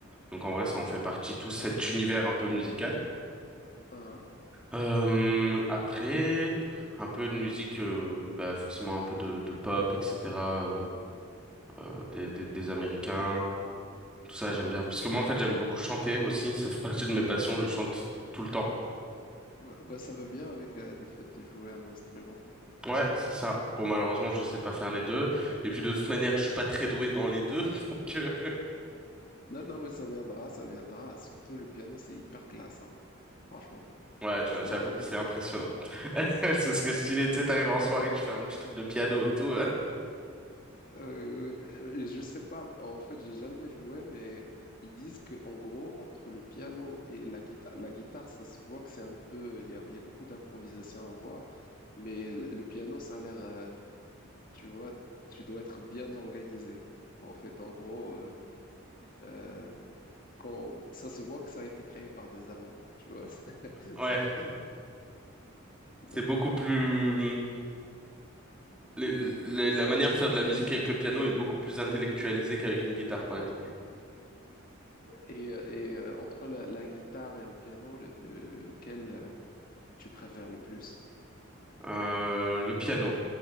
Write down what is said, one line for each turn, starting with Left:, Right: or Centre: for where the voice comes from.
Centre: Donc, en vrai, ça en fait partie, tout cet univers un peu musical.
Left: hein,
Centre: Euh, après, un peu de musique, euh, bah forcément un peu de, de pop, etc. euh, euh, des, des, des Américains, tout ça j'aime
Left: hmm.
Centre: bien. Parce que moi en fait j'aime beaucoup chanter aussi, ça fait partie de mes passions, je chante tout le temps.
Left: Bah, bah, ça va bien avec euh, le fait de jouer un instrument.
Centre: Ouais, c'est ça. Bon malheureusement je sais pas faire les deux. Et puis de toute manière je suis pas très doué dans les deux, <laughs> donc euh,
Left: Non, non, mais ça viendra, ça viendra. Surtout le piano, c'est hyper classe, hein. Franchement,
Centre: ouais j'a-
Left: c'est.
Centre: j'avoue que c'est impressionnant. <laughs> Ce serait stylé, tu sais, t'arrives en soirée, tu fais un petit truc de piano et tout. euh.
Left: Euh, euh, je sais pas. En fait, j'ai jamais joué, mais ils disent que en gros, entre le piano et la guitare, la guitare, ça se voit que c'est un peu. Il y a, il y a beaucoup d'improvisation à voir, mais l- le piano, ça a l'air. euh, tu vois, tu dois être bien organisé. En fait, en gros. euh, Euh, quand, ça se voit que ça a été créé par des Allemands, hein, tu vois. <laughs> c'est-
Centre: Ouais,
Left: c'est- Donc,
Centre: c'est beaucoup
Left: euh,
Centre: plus. les- les- la manière de faire de la musique avec le piano est beaucoup plus intellectualisée qu'avec une guitare, par exemple.
Left: et, et, euh, entre la, la guitare et le piano, le- le- lequel euh, tu préfères le plus?
Centre: Euh, le piano.